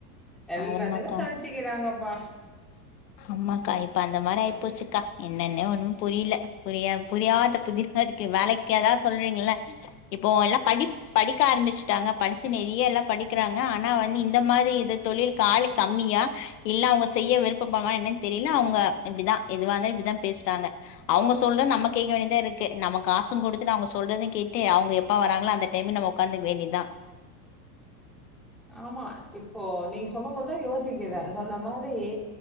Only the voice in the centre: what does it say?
எல்லாத்துக்கு
சழிச்சிக்கிறாங்கப்பா
ஆமா இப்போ நீ சொல்லும் போதுதா யோசிக்கிறே சொன்ன மாதி